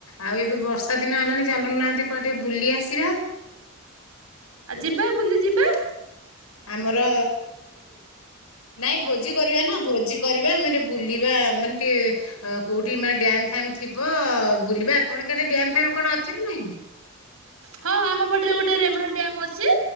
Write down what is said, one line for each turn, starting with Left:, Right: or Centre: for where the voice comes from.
Left: ଆଉ ଏବେ ବର୍ଷାଦିନ ହେଲାଣି ଚାଲୁ ନାହାନ୍ତି କୁଆଡେ ଟିକେ ବୁଲିଆସିବା।
Right: ଆଉ ଯିବା ବୁଲି ଯିବା।
Left: ଆମର ନାଇଁ ଭୋଜି କରିବା ନା ଭୋଜି କରିବା ଆମେ ଟିକେ ବୁଲିବା ମାନେ ଟିକେ ଅ କୋଉଠି ମାନେ ଡ୍ୟାମ୍ ଫ୍ୟାମ୍ ଥିବ ବୁଲିବା ଆପଣଙ୍କ ଆଡେ ଡ୍ୟାମ୍ ଫ୍ୟାମ୍ କଣ ଅଛି ନା ନାହିଁ।
Right: ହଁ ଆମ ପଟରେ ଗୋଟେ ରେମହାଳ ଡ୍ୟମ୍ ଅଛି।